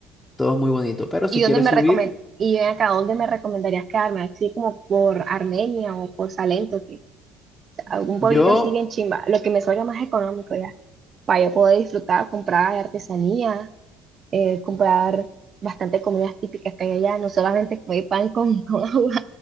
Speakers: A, on the left (about 15°); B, on the right (about 45°).
A: todo es muy bonito. Pero
B: ¿Y
A: si
B: dónde
A: quieres
B: me
A: subir,
B: recomend y ven acá, dónde me recomendarías quedarme? Así como por Armenia o por Salento, que o sea, algún pueblito
A: yo
B: así bien chimba, lo que me salga más económico ya, para yo poder disfrutar, comprar artesanía, eh, comprar bastante comidas típicas que hay allá, no solamente comer pan con, <laughs> con agua,